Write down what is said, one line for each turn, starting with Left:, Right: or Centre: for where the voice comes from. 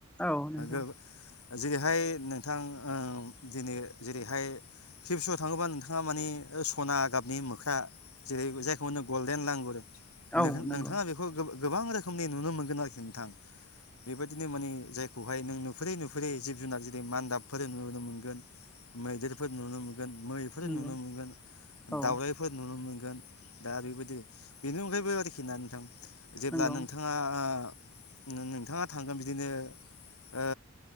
Centre: औ नोंगौ।
Left: ओ जेरैहाय नोंथां ओ दिनै जेरैहाय फेपसुआव थाङोबा नोंथाङा मानि सना गाबनि मोख्रा जेरै जायखौ मोनो गल्डेन लांगुर
Centre: औ नंगौ
Left: नोंथाङा बेखौ गोबां रोखोमनि नुनो मोनगोन आरोखि नोंथां बेबायदिनो माने जायखौहाय नों नुफुरै नुफुरै जिब जुनार जेरै मान्दाबफोर नुनो मोनगोन मैदेरफोर नुनो मोनगोन। मै फोर
Centre: नंगौ
Left: नुनो मोनगोन
Centre: औ
Left: दावरायफोर नुनो मोनगोन दा बेबायदि बेनि अनगायैबो आरोखि ना नोंथां जेब्ला
Centre: नंगौ
Left: नोंथाङा आ नों नोंथाङा थांगोन बिदिनो ओ